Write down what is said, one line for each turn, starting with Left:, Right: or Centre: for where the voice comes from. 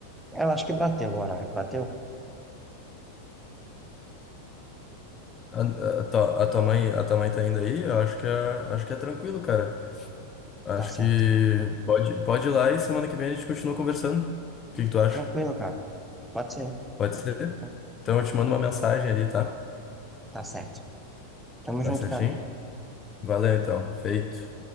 Centre: Ela acho que bateu o horário. Bateu?
Left: a, a tua a tua mãe, a tua mãe tá indo aí? Eu acho que é, acho que é tranquilo, cara. Acho
Centre: Tá certo.
Left: que pode, pode ir lá e semana que vem a gente continua conversando. O que que tu acha?
Centre: Tranquilo, cara. Pode ser.
Left: Pode ser?
Centre: Tranquilo.
Left: Então eu te mando uma mensagem ali, tá?
Centre: Tá certo. Tamo
Left: Tá
Centre: junto,
Left: certinho?
Centre: cara.
Left: Valeu, então. Feito.